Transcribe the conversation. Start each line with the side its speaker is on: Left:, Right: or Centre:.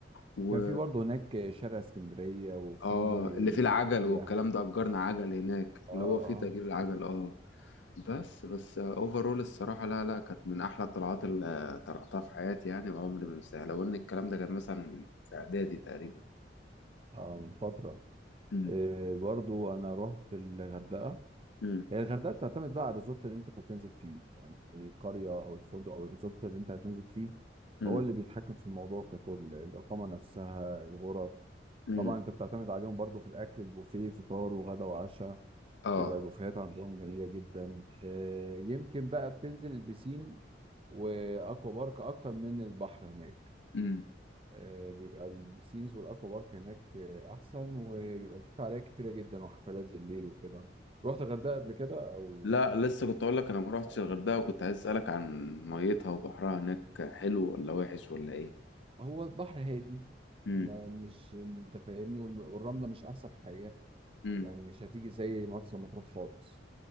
Left: و
Right: كان في برضه هناك شارع اسكندرية وفي
Left: اه اللي فيه
Right: سوق
Left: العجل
Right: ليبيا
Left: والكلام ده اجرنا عجل هناك
Right: اه
Left: اللي هو فيه
Right: اه
Left: تأجير العجل اه بس بس اوفرول الصراحة لا لا كانت من احلى الطلعات اللي طلعتها في حياتي يعني وعمري ما انساها لو ان الكلام ده كان مثلا في اعدادي تقريبا
Right: اه من فترة
Left: امم
Right: آه برضه أنا رحت الغردقة
Left: امم
Right: هي الغردقة بتعتمد بقى على الريزورت اللي أنت بتنزل فيه يعني القرية أو الفندق أو الريزورت اللي أنت هتنزل فيه
Left: امم
Right: هو اللي بيتحكم في الموضوع ككل الإقامة نفسها الغرف
Left: امم
Right: طبعا أنت بتعتمد عليهم برضه في الأكل البوفيه فطار وغدا وعشاء
Left: اه
Right: بيبقى البوفيهات عندهم جميلة جدا آه، يمكن بقى بتنزل البسين واكوا بارك اكتر من البحر هناك
Left: امم.
Right: آه، بيبقى البسينز والاكوا بارك هناك آه، احسن وبيبقى في فعاليات كتيرة جدا وحفلات بالليل وكده رحت الغردقة قبل كده او
Left: لا لسه كنت اقول لك انا ما رحتش
Right: صح؟
Left: الغردقه وكنت عايز اسالك عن ميتها وبحرها هناك حلو ولا وحش ولا ايه
Right: هو البحر هادي
Left: امم
Right: ما مش انت فاهمني والم- والرملة مش احسن حاجة
Left: امم
Right: يعني مش هتيجي زي مرسى مطروح خالص